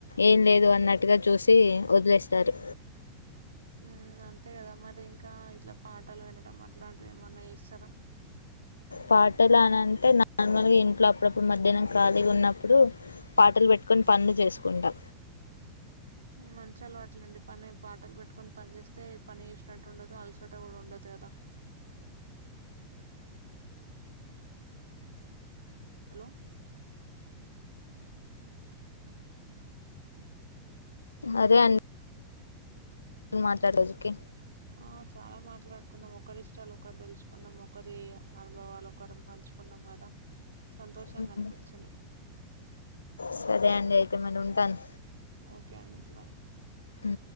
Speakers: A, on the left; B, on the right.
A: ఏం లేదు అన్నట్టుగా చూసి వదిలేస్తారు.
B: ఉమ్ అంతే కదా మరి ఇంకా ఇట్లా పాటాలు వినడం అట్లాంటిం ఏమన్నా చేస్తారా
A: పాటలు అని అంటే నార్మల్గా ఇంట్లో అప్పుడప్పుడు మధ్యాహ్నం ఖాళీగా ఉన్నప్పుడు పాటలు పెట్టుకొని పనులు చేసుకుంటా
B: మంచలవాటలండి పని పాటలు పెట్టుకొని పని చేస్తే పని చేసినట్టు ఉండదు అలసిన ఇడ ఉండది అదా హలో
A: అదే అం అను మాట్లాడజుకి
B: ఆ చాలా మాట్లాడుకున్నాం ఒకరి ఇష్టాలు ఒకరు తెలుసుకున్నాం ఒకరి అనుభవాలు ఒకరం పంచుకున్నాం కదా సంతోషంగా
A: హ్మ్.
B: అనిపించింది
A: సరే అండి అయితే మరి ఉంటాను.
B: ఓకే అండి బాయ్
A: అ